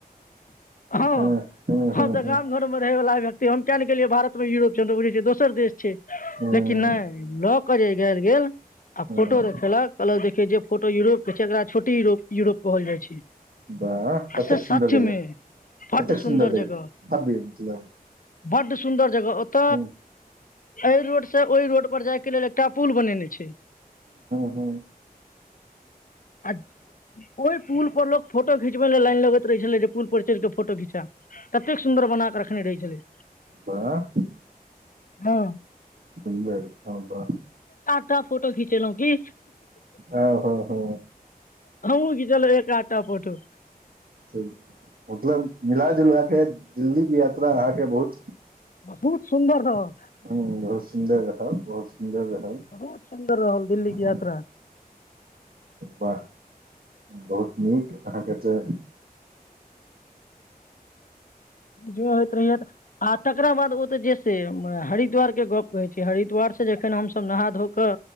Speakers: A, on the left (about 60°); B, on the right (about 65°).
A: हँ
B: हूँ हूँ हूँ
A: हम तऽ गाम घर मे रहे वाला। तऽ हम किया ने गेलियै भारतमे यूरोप छै हम त बुझि छियै दोसर देश छै।
B: हूँ हूँ
A: लेकिन नहि लोक कर जे गरि गेल। आ
B: हूँ
A: फोटो देख कहलक देखियौ जे फोटो यूरोप के छै, एकरा छोटी यूरोप कहल जाइ छै।
B: वाह ततेक
A: से
B: सुन्दर
A: सचमे,
B: जगह
A: बड
B: ततेक
A: सुन्दर जगह,
B: भव्य मतलब
A: बड सुन्दर जगह, ओत
B: हूँ
A: एहि रोड से ओहि रोड उपर जाइके लेल टा पुल बनेने छै।
B: हुं।
A: आ ओहि पुल पर लोक फोटो खिचबै ले लाइन लगैत रहै छलै जे पुल पर चलि के फोटो खिंचा ततेक सुन्दर बना क रखने रहै छलै।
B: वाह,
A: हँ
B: सुन्दर, वाह।
A: टा फोटो खिचेलौं कि।
B: ओ हो हो।
A: हमहुं खिचेलौं एकटा टा फोटो।
B: मतलब मिला जुला के दिल्ली के यात्रा अहाँके बहुत
A: बहुत सुन्दर रहल।
B: हुं बहुत सुन्दर। सुन्दर रहल, बहुत सुन्दर। रहल
A: बहुत सुन्दर रहल दिल्ली
B: हँ
A: के यात्रा
B: वाह बहुत नीक अहाँके जे
A: जे होइत रहैये आ तकरा बाद ओ त जे से हरिद्वारके गप्प कहै छै हरिद्वारसँ जखन हमसभ नहा धो क